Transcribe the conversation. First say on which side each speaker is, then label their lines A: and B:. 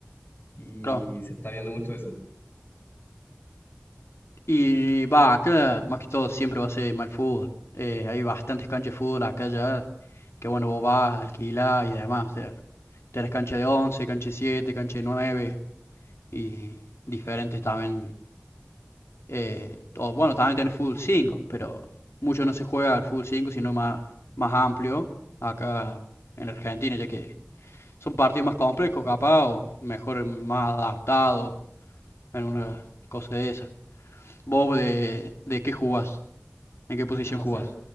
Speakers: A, on the left; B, on the left.
A: y
B: claro.
A: se está viendo mucho eso.
B: Y va, acá más que todo siempre va a ser mal fútbol. Eh, hay bastantes canchas de fútbol acá ya, que bueno, vos vas, alquilás y demás. O sea, tenés cancha de 11 cancha de 7, cancha de 9 y diferentes también. eh, o bueno, también tenés fútbol 5 pero mucho no se juega al fútbol 5 sino más, más amplio acá en Argentina, ya que son partidos más complejos, capaz, o mejor, más adaptados en una cosa de esa. ¿Vos de, de qué jugás? ¿En qué posición
A: Claro, o
B: jugás?
A: sea,